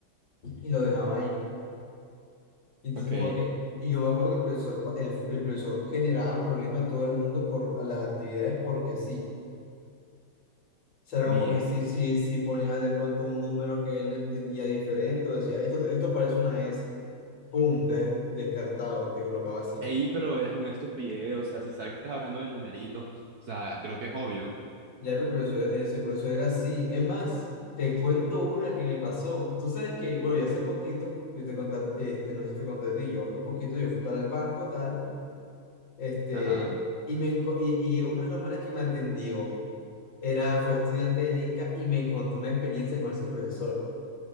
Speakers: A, on the left; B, on the right.
A: y lo dejaba ahí. Y entonces
B: ok,
A: como que, y yo me acuerdo que el profesor, pa- el, el profesor generaba problemas a todo el mundo por las actividades porque sí. O sea, era
B: bien.
A: como que sí, sí, sí ponía de pronto un número que él entendía diferente, o decía, esto, esto parece una S, pum, de- descartado, te colocaba así.
B: Ey, pero es una estupidez, o sea, si sabes que estás hablando de numeritos, o sea, creo que es obvio.
A: Ya pero el profesor, ese profesor era así. Es más, te cuento una que me pasó. Tú sabes que, bueno, yo hace poquito, yo te conté, este, no sé si te conté a ti, yo hace poquito yo fui para el banco, tal, este,
B: Ajá,
A: y, me, enco- y, y uno de los manes que me atendió era, fue estudiante del Inca y me contó una experiencia con ese profesor.